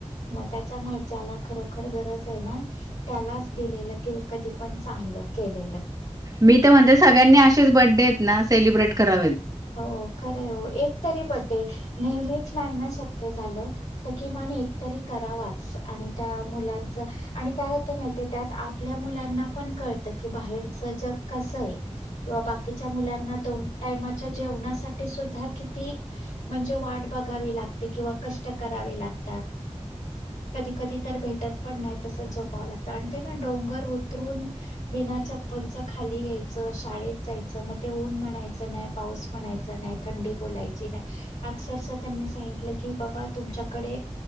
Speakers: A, on the left (about 80°); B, on the right (about 30°).
A: मग त्याच्यामुळे ज्याला खरोखर गरज आहे ना त्यालाच दिलेलं की कधी पण चांगलं केलेलं.
B: मी तर म्हणते सगळ्यांनी असेच बर्थ डे आहेत ना सेलिब्रेट करावेत.
A: हो खर ओ. एक तरी बडडे नेहमीच नाही ना शक्य झालं तर की ना नाही तरी करावाच आणि त्या मुलाच- आणि काय होत माहितिये का? त्या आपल्या मुलांना- पण कळतं की बाहेरचं जग कसंय किंवा बाकीच्या मुलांना दोन टायमा जेवणासाठी सुद्धा किती म्हणजे वाट बघावी लागते किंवा कष्ट करावे लाग- त्यात. कधी कधी तर भेटत पण नाही तसच झोपावं लागतं आणि ते ना डोंगर उतरून बिना चप्पलच खाली यायच. शाळेत जायच मग ते ऊन म्हणायच नाही- पाऊस म्हणायचा नाही, थंडी बोलायची नाही, अक्षरशः त्यांनी सांगितलं की बाबा तुमच्याकडे-